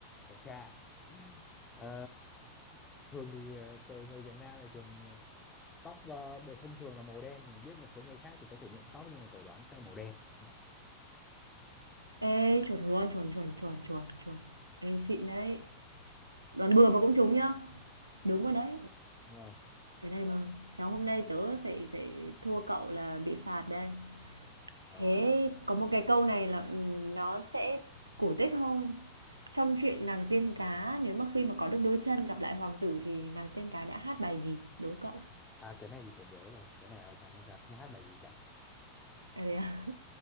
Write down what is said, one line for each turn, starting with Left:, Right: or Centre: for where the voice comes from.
Left: cái cha Ờ, thường thì ờ, con người Việt Nam thì thường ờ, tóc ờ, bề thông thường là màu đen mình biết một số người khác thì có thể nhuộm tóc nhưng mà tớ đoán sẽ là màu đen nhé
Right: Ê chuẩn luôn, chuẩn chuẩn chuẩn chuẩn chuẩn. Ê xịn đấy. Đoán bừa mà cũng trúng nhá. Đúng rồi đấy.
Left: đúng rồi
Right: Thế này mà khéo hôm nay tớ phải phải thua cậu là bị phạt đây.
Left: Ờ,
Right: Thế có một cái câu này là, ừm, nó sẽ cổ tích hơn. Trong chuyện nàng tiên cá, nếu mà khi mà có được đôi chân gặp lại hoàng tử thì nàng tiên cá đã hát bài gì? Đố cậu.
Left: à cái này thì tớ nhớ rồi cái này ở nhà ngân hàng không hát bài gì cả
Right: À, thế à?